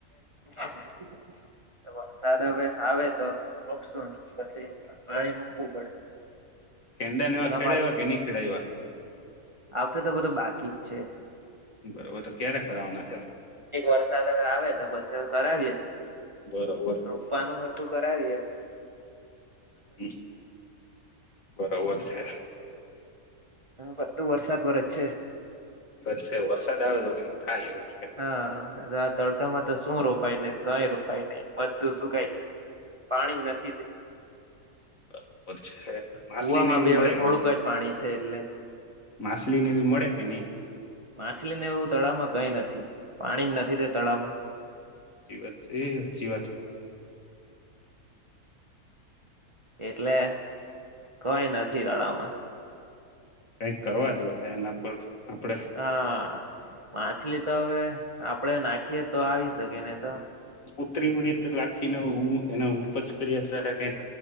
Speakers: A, on the right (about 25°); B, on the left (about 65°).
A: <inaudible> સાદ હવે આવે તો રોપશું, પછી પાણી મૂકવું પડશે.
B: કેદન હવે
A: એના
B: ખેડાયવા કે ની ખેડાઈવા?
A: આ વખતે તો બધું બાકી જ છે.
B: બરોબર તો ક્યારે કરાવવાના છે
A: એક વરસાદ હવે આવે તો પછી હવે કરાવીએ.
B: બરોબર
A: રોપવાનું હરખું કરાવીએે
B: હમ્મ. બરોબર છે.
A: હમ્મ. પછ એ તો વરસાદ પર જ છે
B: એટલે વરસાદ આવે તો કંઈક થાય એવું છે
A: હા ત્યા તળકા માજ તો શું રોપાઈ ને કઈ રોપાઈ નય તો સુકાય જાય પાણી નથી તે
B: બરોબર છે માછલી
A: કુવામાં
B: ને એવી
A: બી
B: મળે
A: હવે થોડુંક
B: કે નહી
A: જ પાણી છે એટલે
B: માછલી ને એવી મળે કે નહી
A: માછલીને એવું તળાવમાં કઈ નથી પાણી જ નથી તે તળાવમાં
B: સાચચી વાત એ સાચચી વાત
A: એટલે કોઈ નથી રડામાં
B: કઈક કરવા જોશે એના પર આપડે
A: હા માછલી તો હવે આપડે નાખીએ તો આવી શકે ને તો
B: કુત્રિ મૃત લા હ નો ન એ ઉપજ કરીત્ર હતા